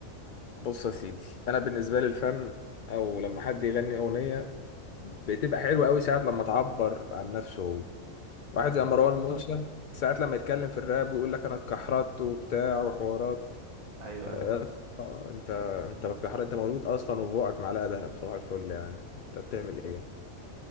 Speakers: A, on the left; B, on the right.
A: بص يا سيدي انا بالنسبه لي الفن او لما حد يغني اغنيه بتبقى حلوه قوي ساعات لما تعبر عن نفسه هو واحد زي
B: طب
A: مروان موسى ساعات لما يتكلم في الراب ويقول لك انا اتكحرت وبتاع وحوارات
B: ايوه
A: آه،
B: ايوه
A: يا اسطى، انت انت بتكحرت انت مولود اصلا وبوقك معلقه دهب صباح الفل يعني انت بتعمل ايه